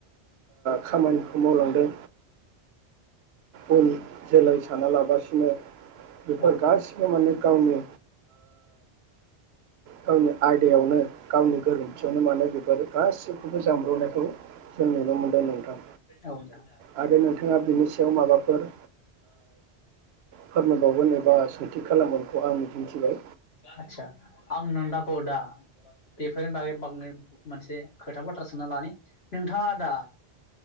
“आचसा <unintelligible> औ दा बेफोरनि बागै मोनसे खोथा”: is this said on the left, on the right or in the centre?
Left